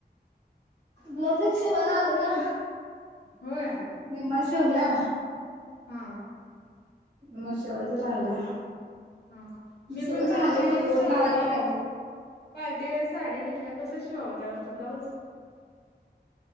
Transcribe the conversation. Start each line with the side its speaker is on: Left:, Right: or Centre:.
Right: ब्लाऊज शिवाला आलेला.
Left: होय
Right: निम्मा शिवला.
Left: हा
Right: म शिवायचं राहिलय.
Left: हा हा. मी
Right: सगळं
Left: पण
Right: झाले
Left: पार्टीवेअर
Right: बघ गोट
Left: साडी
Right: लावायच राहिले.
Left: पार्टीवेअर साडी घेतल्यावर कसं शिवावं त्यावरच ब्लाऊज.